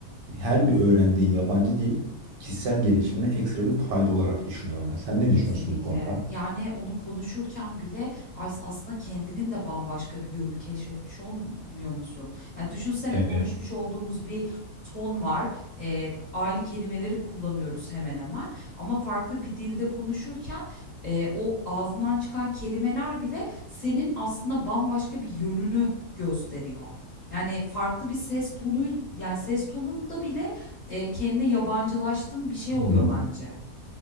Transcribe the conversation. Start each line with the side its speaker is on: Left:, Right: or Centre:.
Right: her bir öğrendiğin yabancı dil kişisel gelişimine ekstra bir fayda olarak düşünüyorum ben. Sen ne
Left: Kesinlikle.
Right: düşünüyorsun bu konuda?
Left: Yani onu konuşurken bile as aslında kendinin de bambaşka bir yönünü keşfetmiş olmuyor musun? Yani düşünsene
Right: Evet.
Left: konuşmuş olduğumuz bir ton var. Ee, aynı kelimeleri kullanıyoruz hemen hemen. Ama farklı bir dilde konuşurken e, o ağzından çıkan kelimeler bile senin aslında bambaşka bir yönünü gösteriyor. Yani farklı bir ses tonu, yani ses tonunda bile e, kendine yabancılaştığın bir şey
Right: Hmm.
Left: oluyor bence.